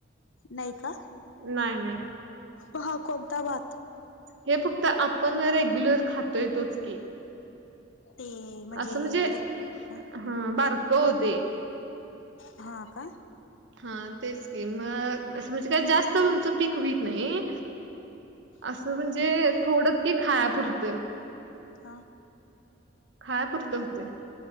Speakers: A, on the left; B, on the right.
A: नाही का?
B: नाही नाही.
A: महाकंद वाद.
B: हे फक्त आपण रेग्युलर खातो येतोच की
A: ते
B: असं म्हणजे
A: रे ह
B: हा बारक होते.
A: हा का?
B: हा तेच की मग म्हणजे काय जास्त
A: ह
B: म्हणच पीक बत नाही. असं म्हणजे थोड क खायापुरतं
A: हा.
B: खायपुरत होते.